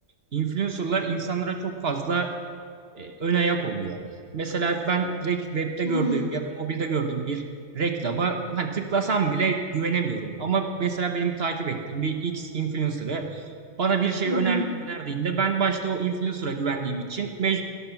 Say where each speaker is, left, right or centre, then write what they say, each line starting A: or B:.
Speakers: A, on the right; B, on the right.
A: influencerlar insanlara çok fazla e, ön ayak oluyor. Mesela ben direkt webde gördüğüm
B: Hı hı.
A: ya da mobilde gördüğüm bir reklama hani tıklasam bile güvenemiyorum. Ama mesela benim takip ettiğim bir X influencer'ı bana bir şey
B: Hı hı.
A: öner, önerdiğinde ben başta o influencer'a güvendiğim için mec